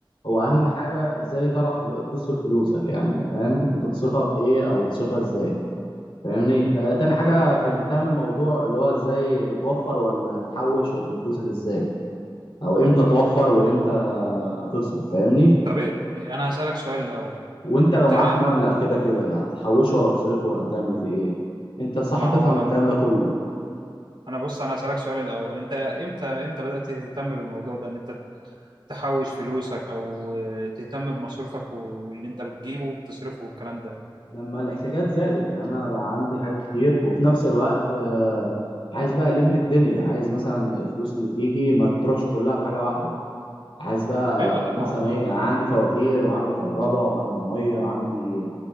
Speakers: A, on the left; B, on the right.
A: هو أهم حاجة إزاي تعرف فلو... تصرف فلوسك يعني فاهم أنت بتصرفها في إيه أو بتصرفها إزاي فاهمني آه تاني حاجة فهمتها من الموضوع اللي هو إزاي بتوفر ولا بتحوش من فلوسك إزاي او امتى توفر وامتى تصرف فاهمني
B: طب إيه- انا هسالك سؤال الاول
A: وانت
B: انت
A: لو معاك مبلغ كده كده هتحوشه ولا تصرفه ولا تعمل فيه ايه انت صح
B: ما
A: تفهم
B: هو
A: الكلام ده كله
B: انا بص انا هسألك سؤال الاول انت امتى امتى بدأت تهتم بالموضوع ده ان انت تحوش فلوسك او تهتم بمصروفك و- واللي انت بتجيبه وبتصرفه والكلام ده
A: لما الاحتياجات زادت يعني انا بقى عندي حاجات كتير وفي نفس الوقت آه، عايز بقى الم الدنيا عايز مثلا الفلوس اللي تيجي ما تروحش كلها في حاجه واحده عايز بقى
B: ايوه طبعا
A: آه، مثلا
B: اه
A: ايه عندي فواتير وعندي كهرباء وعندي ميه وعندي